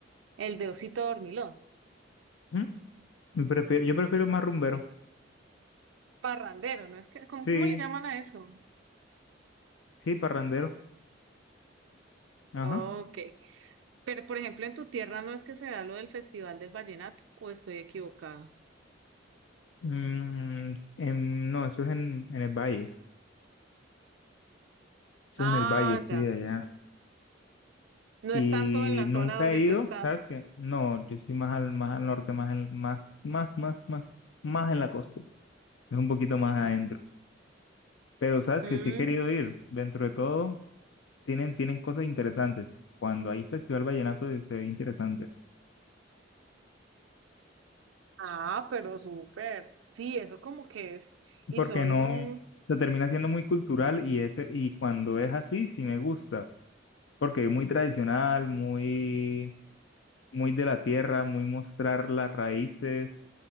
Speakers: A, on the right; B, on the left.
A: el de osito dormilón.
B: ¿Mm? Prefiero, yo prefiero más rumbero.
A: Parrandero, ¿no? Es que, ¿cómo,
B: Sí,
A: cómo le llaman a eso?
B: sí, parrandero. Ajá.
A: Ok, pero por ejemplo en tu tierra no es que se da lo del Festival del Vallenato, o estoy equivocada.
B: Mm, en- no, eso es en, en el valle, eso
A: Ah,
B: es en el valle, sí,
A: ya.
B: de allá.
A: No
B: Y
A: es tanto en la
B: nunca
A: zona donde
B: he ido,
A: tú estás.
B: ¿sabes qué? No, yo soy más al, más al norte, más, en- más, más, más, más, más en la costa, es un poquito más adentro.
A: Mm,
B: Pero, ¿sabes
A: mm.
B: que Sí he querido ir, dentro de todo, tienen, tienen cosas interesantes. Cuando hay Festival Vallenato eh, se ve interesante,
A: Ah, pero súper. Sí, eso como que es. Y
B: porque
A: son
B: no,
A: un...
B: se termina siendo muy cultural y, ese, y cuando es así, sí me gusta, porque es muy tradicional, muy muy de la tierra, muy mostrar las raíces,